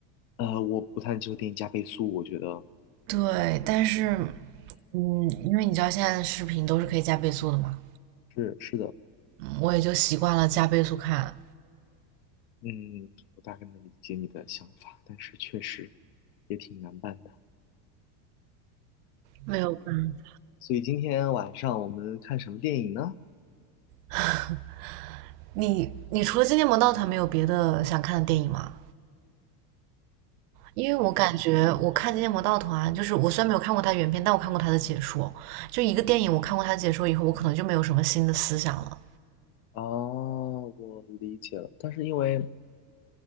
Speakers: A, on the left; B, on the right.
A: 呃，我不太接受电影加倍速，我觉得
B: 对，但是，嗯，因为你知道现在的视频都是可以加倍速的嘛，
A: 是是的，
B: 嗯我也就习惯了加倍速看，
A: 嗯，我大概能理解你的想法，但是确实也挺难办的。
B: 没有办法。
A: 所以今天晚上我们看什么电影呢？
B: <laughs> 你你除了《惊天魔盗团》，没有别的想看的电影吗？因为我感觉我看《惊天魔盗团》，就是我虽然没有看过它原片，但我看过它的解说。就一个电影，我看过它的解说以后，我可能就没有什么新的思想了。
A: 哦，我理解了。但是因为